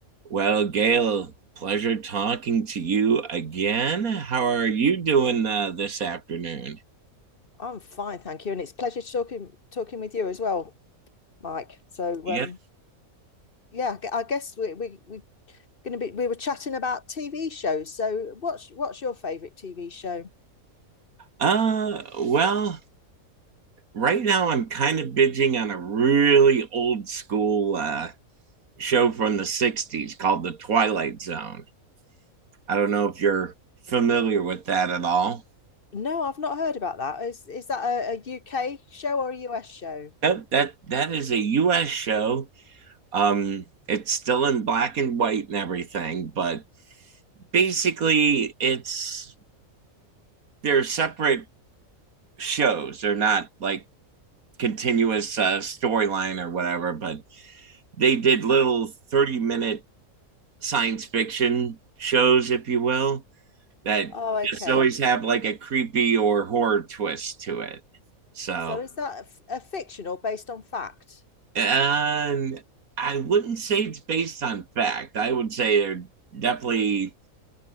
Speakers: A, on the right (about 80°); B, on the left (about 45°).
A: Well, Gail, pleasure talking to you again. How are you doing uh, this afternoon?
B: I'm fine, thank you. And it's a pleasure talking talking with you as well, Mike. So
A: Yep.
B: um, yeah, I guess we we we're gonna be we were chatting about TV shows. So what's what's your favourite TV show?
A: Uh, well, right now I'm kind of binging on a really old school uh, show from the 60s called The Twilight Zone. I don't know if you're familiar with that at all.
B: No, I've not heard about that. Is is that a, UK show or a US show?
A: Yep, that that is a US show. Um it's still in black and white and everything, but basically it's they're separate shows. They're not like continuous uh, storyline or whatever, but they did little 30 minute science fiction shows, if you will, that
B: Oh,
A: just
B: okay.
A: always have like a creepy or horror twist to it. So,
B: So is that a a fiction or based on fact?
A: and I wouldn't say it's based on fact. I would say they're definitely